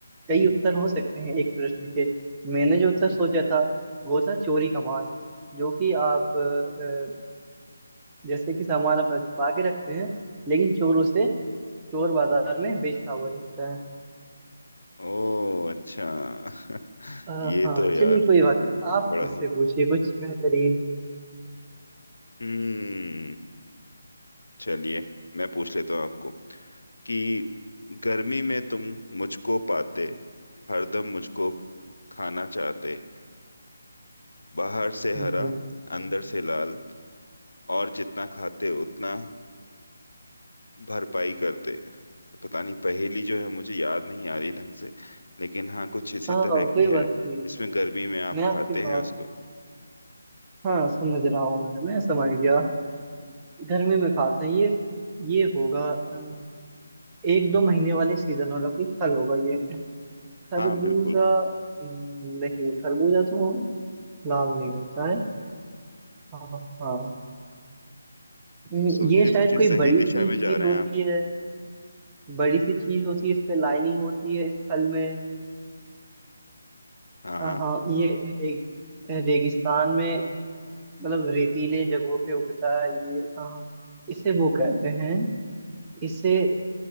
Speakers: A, on the right; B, on the left.
A: कई उत्तर हो सकते हैं एक प्रश्न के मैंने जो उत्तर सोचा था वो था चोरी का माल जो कि आप अ, अ, जैसे कि सामान अपना छुपा के रखते हैं लेकिन चोर उसे चोर बाजार में बेचता हुआ दिखता है
B: ओ अच्छा <laughs>
A: अ,
B: ये
A: हाँ
B: तो यार
A: चलिए कोई बात नहीं आप
B: बड़ा
A: मुझसे
B: ही
A: पूछिए कुछ बेहतरीन
B: हम्म चलिए मैं पूछ लेता हूँ आपको कि गर्मी में तुम मुझको पाते हरदम मुझको खाना चाहते बाहर से
A: हम्म,
B: हरा
A: हम्म।
B: अंदर से लाल और जितना खाते उतना भरपाई करते हैं। पता नहीं पहेली जो है मुझे याद नहीं आ रही ढंग से लेकिन हाँ कुछ इसी
A: हाँ
B: तरह की
A: कोई
B: है
A: बात नहीं
B: जिसमें गर्मी में आप
A: मैं
B: खाते
A: आपकी बात
B: हैं उसको
A: हाँ समझ रहा हूँ मैं मैं समझ गया गर्मी में खाता है ये ये होगा अ, एक दो महीने वाले सीजन वाला कोई फल होगा ये खरबूजा
B: हाँ बिल्कुल
A: नहीं खरबूजा तो लाल नहीं होता है हाँ हाँ हम्म,
B: सोचिए
A: ये शायद
B: सोचिए
A: कोई
B: सही
A: बड़ी
B: दिशा
A: सी
B: में
A: चीज
B: जा रहे
A: होती
B: हैं आप
A: है बड़ी सी चीज होती है इस पे लाइनिंग होती है इस फल में
B: हाँ हाँ
A: हाँ हाँ, ये रे, रेगिस्तान में मतलब रेतीले जगहों पे उगता है ये हाँ इसे वो कहते हैं इसे